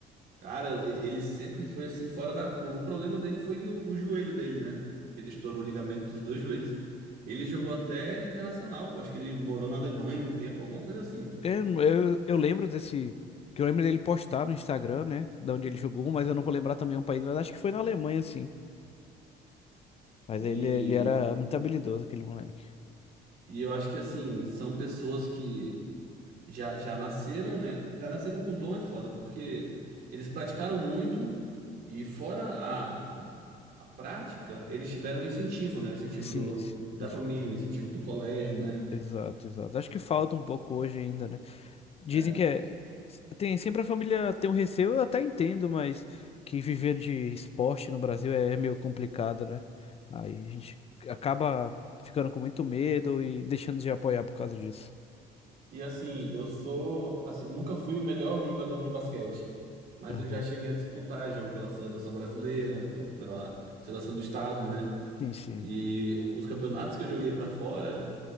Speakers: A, on the right; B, on the left.
A: Cara, ele sempre foi assim, fora da curva. O problema dele foi o, o joelho dele, né? Ele estourou o ligamento dos dois joelhos. Ele jogou até internacional, pô. Acho que ele morou na Alemanha um tempo, alguma coisa assim.
B: Eu, eu, eu lembro desse. Que eu lembro dele postar no Instagram, né? Da onde ele jogou, mas eu não vou lembrar também o país, mas acho que foi na Alemanha, sim. Mas
A: E,
B: ele, ele era muito habilidoso, aquele moleque.
A: e eu acho que, assim, são pessoas que já, já nasceram, né? Já nasceram com dom é foda, porque eles praticaram muito e, fora a, a, a prática, eles tiveram incentivo, né? O incentivo
B: Sim,
A: do,
B: sim. dos-
A: da família, o incentivo do colégio,
B: do-
A: né?
B: exato, exato. Acho que falta um pouco hoje ainda, né? Dizem
A: É,
B: que é. Tem, sempre a família tem um receio, eu até entendo, mas que viver de esporte no Brasil é, é meio complicado, né? Aí a gente acaba ficando com muito medo e deixando de apoiar por causa disso.
A: E assim, eu sou, assim, eu nunca fui o melhor jogador de basquete, mas
B: Aham.
A: eu já cheguei a disputar jogo pela seleção brasileira ou pela seleção do estado, né?
B: Sim, sim,
A: E o- os campeonatos que eu joguei pra fora,